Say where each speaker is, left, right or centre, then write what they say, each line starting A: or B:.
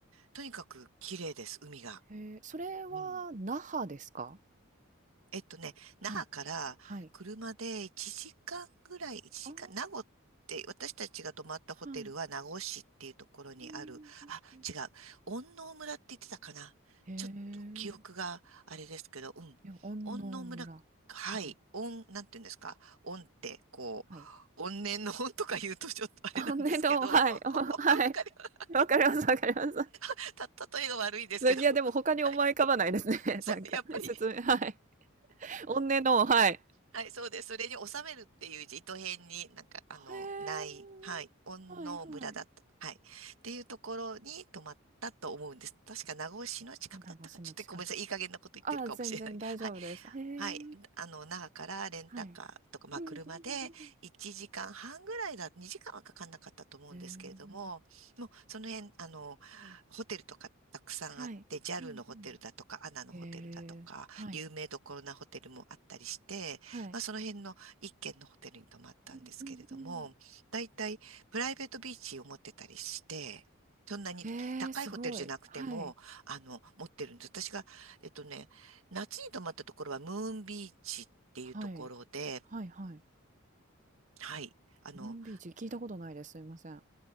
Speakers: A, on the right (about 75°); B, on the right (about 35°).
A: とにかく綺麗です、海が。
B: へえ、それは那覇ですか？
A: うんえっとね、
B: はい。
A: 那覇から車で1時間ぐらい、
B: はい。
A: 1時間、
B: ああ、
A: 名護って、私たちが泊まったホテルは名護市っていうところにある、
B: はい。うん、うんうん。
A: あ、違う、恩納村って言ってたかな。
B: へえ、
A: ちょっと記憶があれですけど、うん。
B: いや、安納村。
A: 恩納村、はい、
B: はい、
A: 恩、なんて言うんですか。恩って、こう、
B: はい。
A: 怨念の恩とか言うとちょっとあれなんですけど、
B: あ、ね、どうもはい、
A: <laughs> わ
B: <laughs> おはい。
A: かります。はい
B: わかりますわかります。
A: <laughs> た、例えが悪いんですけど。
B: で、いや、でも他に思い浮かばないですね、
A: はい <laughs> そう、
B: <laughs> なんか、
A: やっぱり
B: 説明はい。おんねの、はい。
A: はい、そうです。それに収めるっていう字、糸辺に、なんか、あの、
B: へえ。
A: ない、はい、恩納村だった。
B: はいはい。
A: はい。っていうところに泊まったと思うんです。確か名護市の近くだったか、
B: 米子市の近く。
A: ちょっとごめんなさい。いい加減なこと言ってるかもしれない。
B: ああ、全然大丈夫です。
A: はい。
B: へえ。
A: はい。あの、那覇からレンタカーとか、
B: はい。
A: まあ、
B: うんうんう
A: 車で1時間半ぐらいだ、2時間はかかんなかったと思うんですけれども、
B: ん。へえ。
A: もうその辺、あの、ホテルとかたくさんあって、
B: はい。
A: ジャルのホテルだとか、
B: うんうん。
A: アナのホテルだとか、
B: へえ。はい。
A: 有名どころなホテルもあったりして、
B: はい。
A: まあ、その辺の一軒のホテルに泊まったんですけれども、
B: うんうんうん。
A: だいたいプライベートビーチを持ってたりして、そんなに高いホテルじゃなくても、
B: へえ、すごい。はい。
A: あの、持ってるんです。私が、えっとね、夏に泊まったところはムーンビーチっていうところで、
B: はい。はいはい。
A: はい。あの、
B: ムーンビーチ、聞いたことないです。すいません。